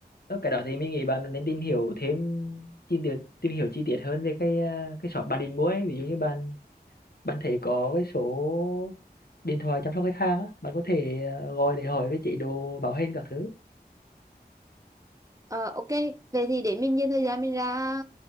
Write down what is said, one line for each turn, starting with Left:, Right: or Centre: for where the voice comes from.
Left: Ở cái đó thì mình nghĩ bạn nên tìm hiểu thêm tìm hiểu, tìm hiểu chi tiết hơn về cái à, cái shop bạn định mua ấy. Ví dụ như bạn bạn thấy có cái số điện thoại chăm sóc khách hàng á, bạn có thể à, gọi để hỏi về chế độ bảo hành các thứ.
Right: Ờ ok, vậy thì để mình dành thời gian mình ra